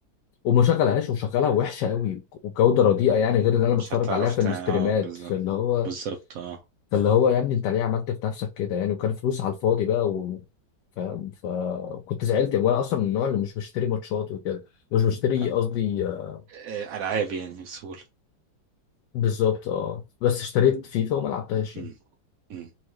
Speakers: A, on the left; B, on the right.
A: وما شغلهاش وشغلها وحشه قوي وجوده رديئه يعني غير اللي انا بتفرج
B: مش هتعرف
A: عليها في
B: تاني
A: الاستريمات
B: اه بالظبط
A: فاللي هو
B: بالظبط اه
A: فاللي هو يا ابني انت ليه عملت في نفسك كده يعني وكان فلوس على الفاضي بقى و... فاهم فكنت زعلت يعني. وانا اصلا من النوع اللي مش بشتري ماتشات وكده مش بشتري
B: أم-
A: قصدي آه،
B: آه، العاب يعني بسهوله
A: بالظبط اه بس اشتريت فيفا وما لعبتهاش
B: مم.
A: يعني.
B: مم.